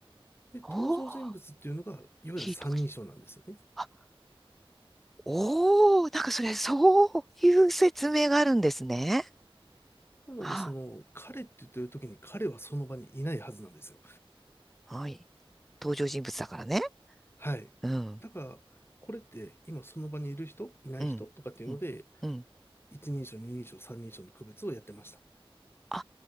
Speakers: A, on the left (about 25°); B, in the centre.
A: で、
B: おー、
A: 登場人物っていうのが、いわゆる三人称なんですよね。
B: いいとかし。あ、おー、なんかそれ、そういう説明があるんですね。
A: なので、
B: あ、
A: その、彼って言ってる時に彼はその場にいないはずなんですよ。
B: はい。登場人物だからね。
A: はい。
B: うん、
A: だから、これって今その場にいる人、いない人とかっていうので、
B: うん、うん、うん。
A: 一人称、二人称、三人称の区別をやってました。
B: あ、